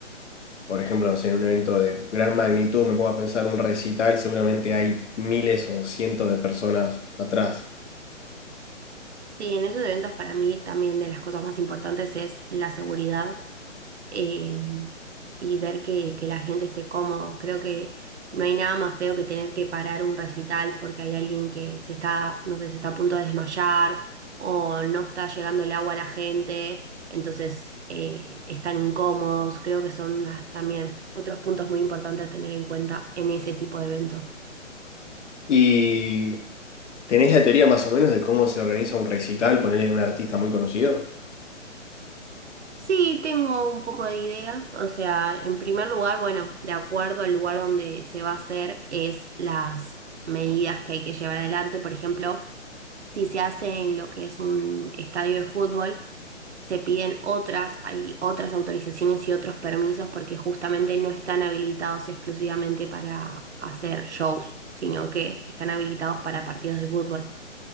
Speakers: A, on the left; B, on the right.
A: por ejemplo, no sé, en un evento de gran magnitud, me pongo a pensar un recital, seguramente hay miles o cientos de personas atrás.
B: Sí, en esos eventos para mí también de las cosas más importantes es la seguridad eh, y ver que, que la gente esté cómodo. Creo que no hay nada más feo que tener que parar un recital porque hay alguien que se está, no sé, se está a punto de desmayar o no está llegando el agua a la gente, entonces eh, están incómodos. Creo que son las- también otros puntos muy importantes a tener en cuenta en ese tipo de eventos.
A: ¿Y tenés la teoría más o menos de cómo se organiza un recital, ponerle un artista muy conocido?
B: Sí, tengo un poco de idea. O sea, en primer lugar, bueno, de acuerdo al lugar donde se va a hacer, es las medidas que hay que llevar adelante. Por ejemplo, si se hace en lo que es un estadio de fútbol, se piden otras, hay otras autorizaciones y otros permisos porque justamente no están habilitados exclusivamente para hacer shows, sino que están habilitados para partidos de fútbol.